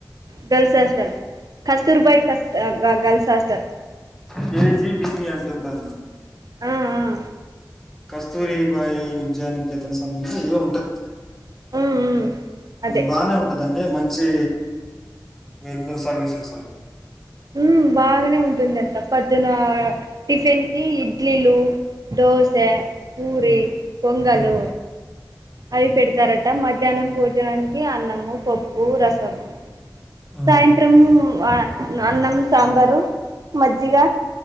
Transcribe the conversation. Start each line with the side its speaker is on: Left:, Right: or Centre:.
Right: గర్ల్స్ హాస్టల్ కస్తూర్బాయి కస్తూ గర్ల్స్ హాస్టల్
Centre: కేజీ బివి అంటుంటారు లేండి.
Right: ఆ ఆ
Centre: కస్తూరి బాయి విద్యానికేతనికి సంబంధించి ఏవో ఉంటాయ్.
Right: ఉమ్ ఉమ్ అదే
Centre: బానే ఉంటదండి మంచి వెల్ సర్వీసెస్ అవి
Right: మ్మ్ బాగ్నే ఉంటుందంట పొద్దున టిఫిన్కి ఇడ్లీలు దోశ పూరి
Centre: హ్మ్.
Right: పొంగలు
Centre: హ్మ్.
Right: అవి పెడతార అంట మధ్యాహ్నం భోజనానికి అన్నము పప్పు రసము.
Centre: హ్మ్.
Right: సాయంత్రము అన్నం సాంబారు మజ్జి జ్జిగ